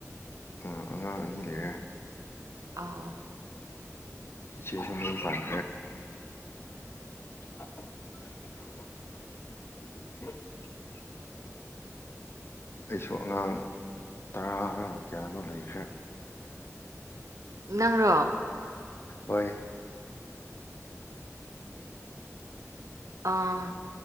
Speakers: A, on the left (about 45°); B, on the right (about 75°).
A: ꯑ ꯑꯉꯥꯡ ꯑꯅꯤ ꯂꯩꯔꯦ
B: ꯑꯥꯎ
A: ꯁꯤꯦꯁꯝ ꯄꯥꯏ <unintelligible> ꯑꯩꯁꯨ ꯑꯉꯥꯡ ꯇꯔꯥꯔꯥ ꯀꯌꯥꯅꯣ ꯂꯩꯈ꯭ꯔꯦ
B: ꯅꯪꯔꯣ
A: ꯍꯣꯏ
B: ꯑꯥ